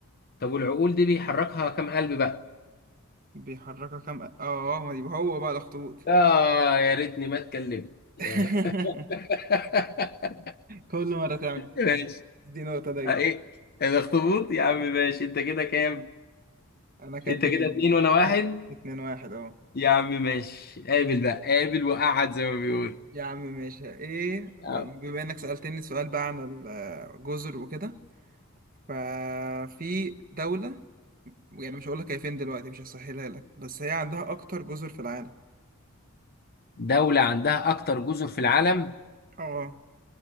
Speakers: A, on the left (about 45°); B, on the right (about 40°).
A: طب والعقول دي بيحركها كام قلب بقى
B: بيحركها كام اه اه ما يبقى هو بقى الاخطبوط
A: اه يا ريتني ما اتكلمت يا-
B: <laughs>
A: <laughs>
B: كل مره تعمل
A: ماشي
B: دي نقطه ليا
A: آه، ايه الاخطبوط يا عم ماشي انت كده كام
B: انا كانت
A: انت
B: اتنين
A: كده اتنين وانا واحد
B: اتنين اتنين واحد اهو
A: يا عم ماشي قابل بقى قابل وقعد زي ما بيقول
B: يا عم ماشي ايه
A: آه.
B: بما انك سألتني سؤال بقى عن الجزر وكده ففي دولة يعني مش هقول لك هي فين دلوقتي مش هسهلها لك بس هي عندها اكتر جزر في العالم
A: دولة عندها اكتر جزر في العالم
B: اه